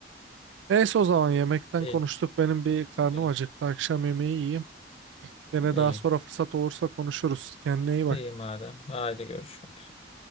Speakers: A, on the right; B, on the left.
A: Neyse o zaman yemekten
B: İyi,
A: konuştuk. Benim bir karnım
B: iyi,
A: acıktı. Akşam yemeği yiyeyim. Gene daha
B: iyi,
A: sonra fırsat olursa konuşuruz. Kendine iyi bak.
B: iyi madem. Haydi görüşmek üzere.